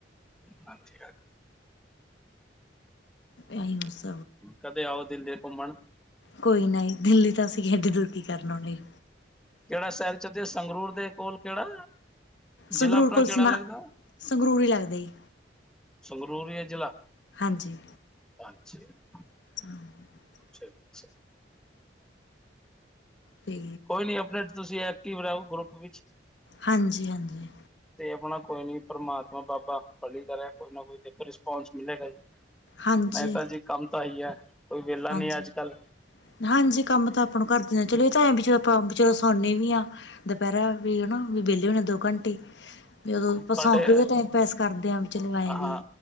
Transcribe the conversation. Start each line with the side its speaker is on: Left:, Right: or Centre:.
Centre: ਹਾਂਜੀ ਹਾਂ।
Left: ਐਹੀ ਬਸ।
Centre: ਕਦੇ ਆਓ ਦਿੱਲੀ ਘੁੰਮਣ।
Left: ਕੋਈ ਨਈ ਦਿੱਲੀ ਤਾ ਅਸੀ ਐਡੀ ਦੂਰ ਕੀ ਕਰਨ ਓਨ ਲਈ।
Centre: ਕੇੜਾ ਸੈ਼ਰ ਚੱਲਦੇ ਸੰਗਰੂਰ ਦੇ ਕੋਲ ਕੇੜਾ?
Left: ਸੰਗਰੂਰ
Centre: ਜਿਲਾ ਆਪਣਾ
Left: ਕੋਲ
Centre: ਕੇੜਾ
Left: ਸੁਣਾ
Centre: ਲੱਗਦਾ?
Left: ਸੰਗਰੂਰ ਹੀ ਲੱਗਦਾ ਜੀ
Centre: ਸੰਗਰੂਰ ਈ ਐ ਜਿਲਾ
Left: ਹਾਂਜੀ
Centre: ਅੱਛਾ।
Left: <unintelligible>
Centre: ਛਾ ਛਾ।
Left: ਤੇ
Centre: ਕੋਈ ਨੀ ਅਪਨਾ ਤੁਸੀ ਐਕਟਿਵ ਰਾਓ ਗਰੁੱਪ ਵਿੱਚ।
Left: ਹਾਂਜੀ-ਹਾਂਜੀ,
Centre: ਤੇ ਆਪਣਾ ਕੋਈ ਨੀ ਪਰਮਾਤਮਾ ਬਾਬਾ ਭਲੀ ਕਰੇ ਕੋਈ ਨਾ ਕੋਈ ਦੇਖੋ ਰਿਸਪੋਂਸ ਮਿਲੇਗਾ ਈ।
Left: ਹਾਂਜੀ
Centre: ਮੇਹਤਾ ਜੀ ਕੰਮ ਤਾਂ ਐਹੀ ਐ। ਕੋਈ ਵੇਲਾ
Left: ਹਾਂਜੀ
Centre: ਨੀ ਐ ਅੱਜ ਕੱਲ
Left: ਹਾਂਜੀ ਕੰਮ ਤਾਂ ਆਪਾਂ ਨੂੰ ਘਰ ਦੇ ਚਲੋ ਇਹ ਤਾਂਂ ਐ ਵੀ ਆਪਾਂ ਸੋਨੇ ਵੀ ਆ, ਦੁਪਹਿਰਾ ਵੀ ਹਨਾ ਵਿਹਲੇ ਹੁਨੇ ਆ ਵੀ ਦੋ ਘੰਟੇ ਵੀ ਆਪਾਂ
Centre: ਤੁਹਾਡੇ
Left: ਸੌ ਕੇ ਦਾ ਟਾਈਮ ਪਾਸ ਕਰਦੇ ਆ ਵੀ ਚਲੋ ਆਏ
Centre: ਹਾਂ
Left: ਵੀ,